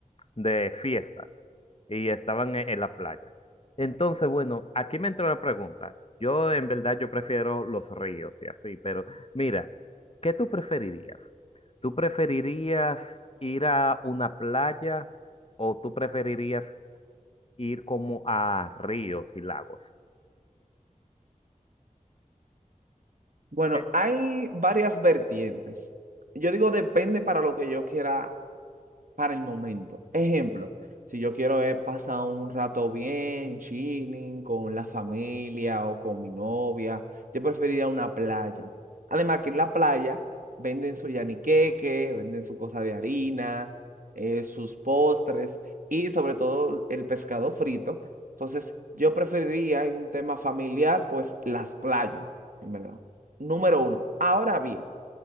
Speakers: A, on the left; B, on the right.
A: de fiesta y estaban en, en la playa. Entonces, bueno, aquí me entró la pregunta. Yo en verdad yo prefiero los ríos y así, pero mira, ¿qué tú preferirías? ¿Tú preferirías ir a una playa? ¿O tú preferirías ir como a ríos y lagos.
B: Bueno,
A: Que,
B: hay varias vertientes. Yo digo depende para lo que yo quiera para el momento. Ejemplo, si yo quiero eh, pasar un rato bien, chilling, con la familia o con mi novia, yo preferiría una playa. Además que en la playa venden su yaniqueque, venden su cosa de harina, eh, sus postres y sobre todo el pescado frito. Entonces, yo preferiría en un tema familiar, pues las playas, en verdad. Número uno. Ahora bien.